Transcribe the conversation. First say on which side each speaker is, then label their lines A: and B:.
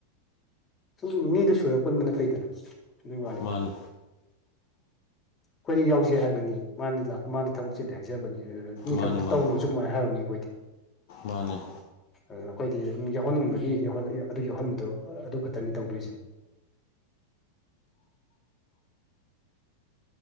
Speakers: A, on the left; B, on the left.
A: ꯁꯨꯝ ꯃꯤꯗꯣ ꯁꯨꯔ ꯄꯨꯟꯕꯅ ꯐꯩꯗꯅ ꯑꯗꯨꯏ ꯋꯥꯅꯤꯗ
B: ꯃꯥꯅꯤ
A: ꯑꯩꯈꯣꯏꯗꯤ ꯌꯥꯎꯖꯦ ꯍꯥꯏꯕꯅꯤ ꯃꯥꯅ ꯂꯥꯛ ꯃꯥꯅ ꯊꯕꯛ ꯆꯤꯜꯂꯦ ꯍꯥꯏꯖꯕꯅꯤ ꯑꯗꯨꯅ ꯃꯤ ꯊꯕꯛꯇꯣ
B: ꯃꯥꯅꯤ ꯃꯥꯅꯤ
A: ꯇꯧꯅꯨꯁꯨ ꯀꯃꯥꯏꯅ ꯍꯥꯏꯔꯨꯅꯤ ꯑꯩꯈꯣꯏꯗꯤ
B: ꯃꯥꯅꯦ
A: ꯑꯗꯨꯅ ꯑꯩꯈꯣꯏꯗꯤ ꯌꯥꯎꯍꯟꯅꯤꯡꯕꯒꯤ ꯑꯗꯨ ꯌꯥꯎꯍꯟꯕꯗꯣ ꯑꯗꯨ ꯈꯛꯇꯅꯤ ꯇꯧꯗꯣꯏꯁꯦ